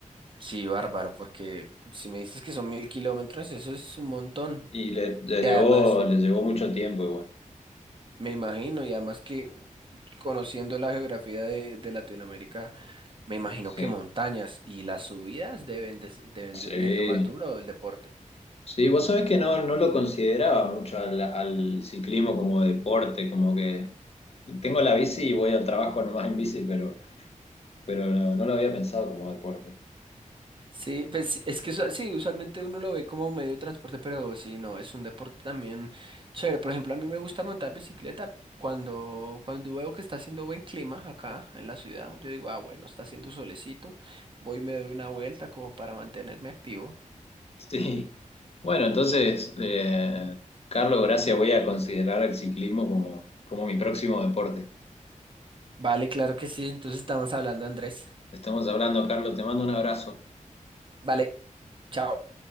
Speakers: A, on the right; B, on the left.
A: Sí, bárbaro, porque si me dices que son mil kilómetros, eso es un montón.
B: Y le, le
A: Y
B: llevó,
A: además,
B: le llevó mucho tiempo igual,
A: me imagino, y además que conociendo la geografía de, de Latinoamérica, me imagino
B: sí.
A: que montañas y las subidas deben de, se- deben de-
B: Sí,
A: es lo más duro del deporte.
B: sí, vos sabés que no, no lo consideraba mucho al, al ciclismo como deporte, como que tengo la bici y voy al trabajo nomás en bici, pero, pero no, no lo había pensado como deporte.
A: Sí, pues sí, es que usual- sí, usualmente uno lo ve como medio de transporte, pero sí, no, es un deporte también chévere. Por ejemplo, a mí me gusta montar bicicleta cuando, cuando veo que está haciendo buen clima acá en la ciudad. Yo digo, ah, bueno, está haciendo solecito, voy y me doy una vuelta como para mantenerme activo.
B: Sí. Bueno, entonces, eh, Carlos, gracias. Voy a considerar el ciclismo como, como mi próximo deporte.
A: Vale, claro que sí, entonces estamos hablando, Andrés.
B: Estamos hablando, Carlos. Te mando un abrazo.
A: Vale, chao.